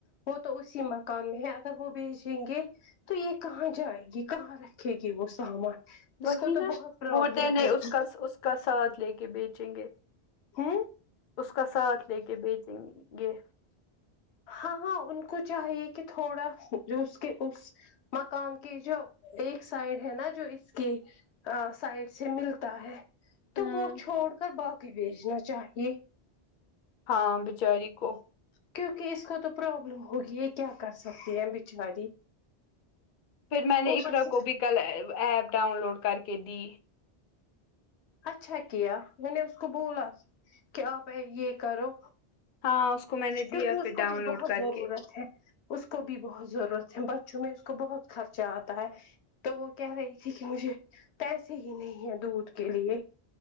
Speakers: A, on the left; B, on the left.
A: وہ تو اسی مکان میں ہے اگر وہ بھیجیں گے تو یہ کہاں جائے گی کہاں رکھے گی وہ سامان
B: وہی
A: اس کو تو
B: نا
A: بہت پرابلم
B: بولتے نہیں
A: ہوگی
B: اس کا اس کا ساتھ لے کے بیچیں گے
A: ہاں
B: اس کا ساتھ لے کے بیچیں گے یہ
A: ہاں ہاں ان کو چاہیے کہ تھوڑا جو اس کے اس مکان کے جو ایک سائڈ ہے نا جو اس کے سائڈ سے ملتا ہے تو
B: ہوں
A: وہ چھوڑ کر باقی بھیجنا چاہیے
B: ہاں بچاری کو
A: کیونکہ اس کا تو پرابلم ہوگی یہ کیا کر سکتی ہیں بچاری
B: پھر میں نے
A: اوپر
B: اقرا
A: سے
B: کو بھی کل ایپ ڈاؤن لوڈ کر کے دی
A: اچھا کیا میں نے اس کو بولا کہ آپ یہ کرو
B: ہاں کو میں نے
A: کیونکہ
B: دیا
A: اس
B: پھر
A: کو
B: ڈاؤن
A: بھی
B: لوڈ
A: بہت
B: کر
A: ضرورت
B: کے
A: ہے اس کو بھی بہت ضرورت ہے بچوں میں اس کو بہت خرچہ آتا ہے تو وہ کہہ رہی تھی کہ مجھے پیسے ہی نہیں ہیں دودھ کے لیے